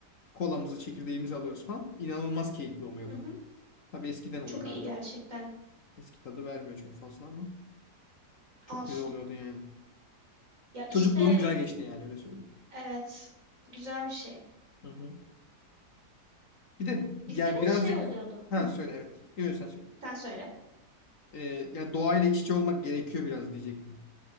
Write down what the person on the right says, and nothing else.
Hı hı.
Çok iyi
gerçekten.
Olsun.
Ya işte
evet. Bu güzel bir şey.
Bizde
de
şey oluyordu.
Hı,
sen söyle.